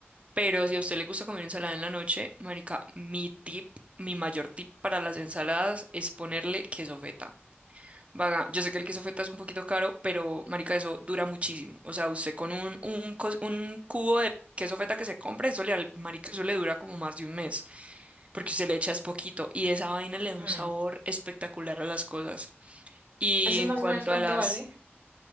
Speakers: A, on the right; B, on the right.
A: pero si a usted le gusta comer ensalada en la noche, marica, mi tip, mi mayor tip para las ensaladas es ponerle queso feta. Vaga, yo sé que el queso feta es un poquito caro, pero marica, eso dura muchísimo. O sea, usted con un, un, cos- un cubo de queso feta que se compre, eso le, al- marica, eso le dura como más de un mes, porque usted le echa es poquito y esa vaina le da un
B: Mm.
A: sabor espectacular a las cosas. Y
B: ¿Ese
A: en
B: más
A: cuanto
B: o menos cuánto
A: a las
B: vale?